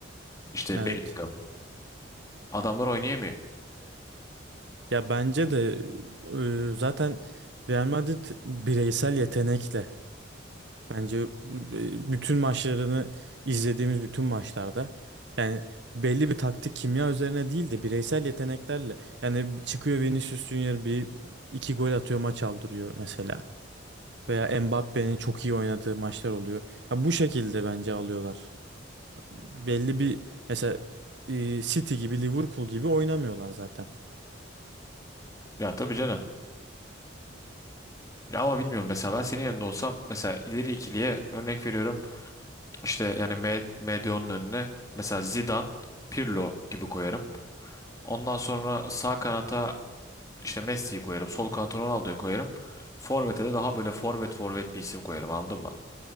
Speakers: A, on the left; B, on the right.
A: işte
B: Evet.
A: Bellingham. Adamlar oynayamıyor.
B: Ya bence de e, zaten Real Madrid bireysel yetenekle Bence e, bütün maçlarını izlediğimiz bütün maçlarda yani belli bir taktik kimya üzerine değil de bireysel yeteneklerle yani çıkıyor Vinicius Junior bir iki gol atıyor maç aldırıyor mesela veya Mbappe'nin çok iyi oynadığı maçlar oluyor. Ya bu şekilde bence alıyorlar. Belli bir mesela e, City gibi Liverpool gibi oynamıyorlar zaten.
A: Ya tabii canım. Ya ama bilmiyorum mesela ben senin yanında olsam mesela ileri ikiliye örnek veriyorum. İşte yani me- Medyon'un önüne mesela Zidane, Pirlo gibi koyarım. Ondan sonra sağ kanata işte Messi'yi koyarım. Sol kanata Ronaldo'yu koyarım. Forvet'e de daha böyle forvet forvet bir isim koyarım anladın mı?